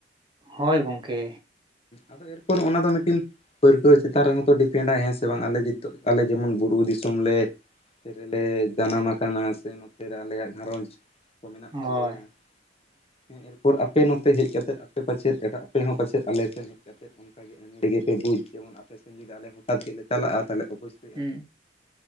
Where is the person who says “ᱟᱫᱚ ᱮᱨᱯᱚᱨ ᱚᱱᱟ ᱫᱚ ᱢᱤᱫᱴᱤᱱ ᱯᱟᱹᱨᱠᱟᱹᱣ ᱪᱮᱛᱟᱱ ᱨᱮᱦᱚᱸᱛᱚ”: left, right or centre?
Left